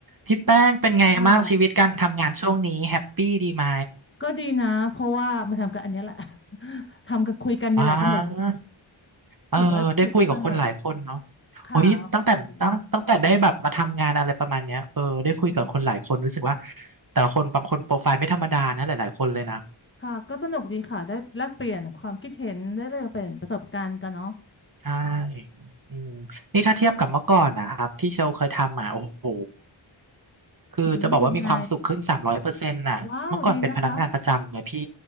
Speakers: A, on the right; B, on the left.
A: พี่แป้งเป็นไงบ้างชีวิตการทำงานช่วงนี้แฮปปี้ดีไหม
B: ค่ะก็ดีนะเพราะว่ามาทำกันอันเนี้ยแหละ <laughs> ทำกันคุยกันเนี่ยแหละสนุก
A: อ่าเออได้คุยกับคนหลายคนเนาะ
B: ถือว่าถือว่าสนุกค่ะแล้วก็เห็่
A: โอ้ยตั้งแต่ตั้งตั้งแต่ได้แบบมาทำงานอะไรประมาณเนี้ยเออได้คุยกับคนหลายคนรู้สึกว่า
B: อ๋อ
A: แต่ละคนบางคนโปรไฟล์ไม่ธรรมดานะหลายๆคนเลยนะ
B: ค่ะก็สนุกดีค่ะได้แลกเปลี่ยนความคิดเห็นได้แลกเปลี่ยนประสบการณ์กันเนาะ
A: ใช่อืมนี่ถ้าเทียบกับเมื่อก่อนนะครับที่เชลเคยทำอ่ะโอ้โห คือจะบอกว่ามีความสุขขึ้นสามร้อยเปอร์เซ็นต์น่ะเมื่อก่อนเป็นพนักงานประจำไงพี่
B: อืมเป็นไงว้าวดีนะคะ